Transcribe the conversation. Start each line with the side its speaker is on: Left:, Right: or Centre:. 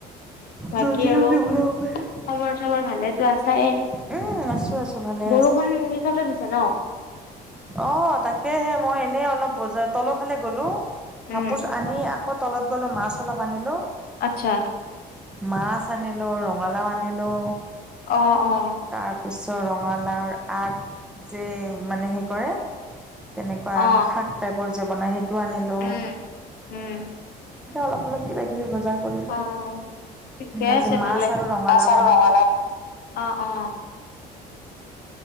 Left: বাকী
Centre: জল্দি
Left: আৰু
Centre: জল্দি ওলাব পাৰিম।
Left: খবৰ চবৰ ভালেতো আছায়ে
Centre: উম, আছোঁ আছোঁ ভালে
Left: বৰষুণ সিফালেও দিছে ন!
Centre: অ তাকেহে মই এনেই অলপ বজাৰ তলৰফালে গ'লো।
Left: উম
Centre: কাপোৰ আনি আকৌ তলত গ'লো মাছ অলপ আনিলো।
Left: আচ্ছা।
Centre: মাছ আনিলো ৰঙালাও আনিলো
Left: অ অ।
Centre: তাৰপিছত ৰঙালাওৰ আগ যে মানে হেৰি কৰে তেনেকুৱা
Left: অ
Centre: শাক টাইপৰ যে বনায় সেইটো আনিলো
Left: উম উম
Centre: অলপ অলপ কিবা কিবি বজাৰ কৰিলো
Left: অ ঠিকে
Centre: আজি
Left: আছে
Centre: মাছ
Left: ভালে
Centre: আৰু ৰঙালাও
Left: পাচ আৰু
Centre: বনাম
Left: ৰঙালাও অ অ।